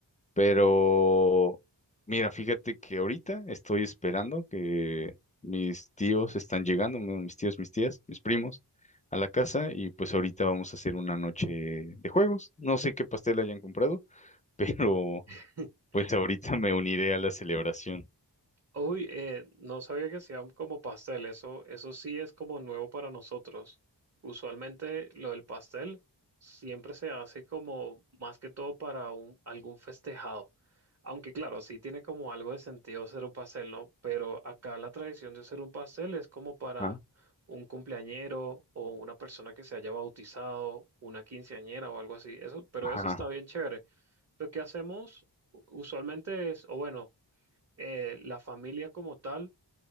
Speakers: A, on the left (about 20°); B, on the right (about 35°).
A: Pero, mira, fíjate que ahorita estoy esperando que mis tíos están llegando, mi- mis tíos, mis tías, mis primos, a la casa y pues ahorita vamos a hacer una noche de juegos. No sé qué pastel hayan comprado, <laughs> pero
B: <laughs>
A: pues ahorita me uniré a la celebración.
B: Uy, eh, no sabía que hacían como pastel, eso, eso sí es como nuevo para nosotros. Usualmente lo del pastel siempre se hace como más que todo para un, algún festejado. Aunque claro, sí tiene como algo de sentido hacer un pastel, ¿no? Pero acá la tradición de hacer un pastel es como para
A: Ajá,
B: un cumpleañero o una persona que se haya bautizado, una quinceañera o algo así. Eso, pero
A: ajá,
B: eso está bien chévere. Lo que hacemos u- usualmente es, o bueno, eh, la familia como tal